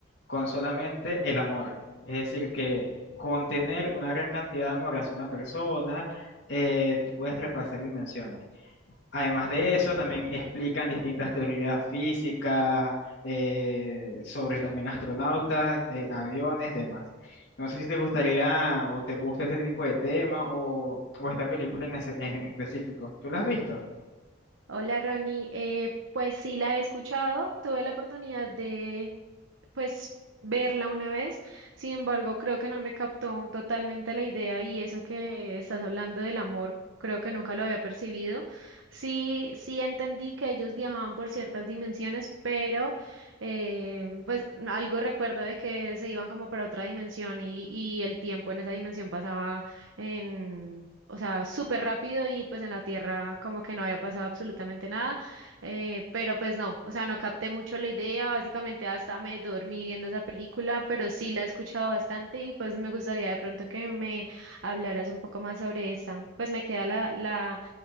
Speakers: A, on the left; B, on the right.
A: con solamente el amor. Es decir, que con tener una gran cantidad de amor hacia una persona, eh, tú puedes traspasar dimensiones. Además de eso, también explican distintas teorías físicas eh, sobre también astronautas, eh, aviones, demás. No sé si te gustaría o te gusta este tipo de tema o, o esta película en, ese- en específico. ¿Tú la has visto?
B: Hola Rani, Eh, pues sí la he escuchado, tuve la oportunidad de, pues verla una vez. Sin embargo, creo que no me captó totalmente la idea y eso que estás hablando del amor, creo que nunca lo había percibido. Sí, sí entendí que ellos viajaban por ciertas dimensiones, pero eh, pues algo recuerdo de que se iban como para otra dimensión y, y el tiempo en esa dimensión pasaba en... O sea, súper rápido y pues en la Tierra como que no había pasado absolutamente nada. Eh, pero pues no, o sea, no capté mucho la idea, básicamente hasta me dormí viendo esa película, pero sí la he escuchado bastante y pues me gustaría de pronto que me hablaras un poco más sobre esta. Pues me queda la, la,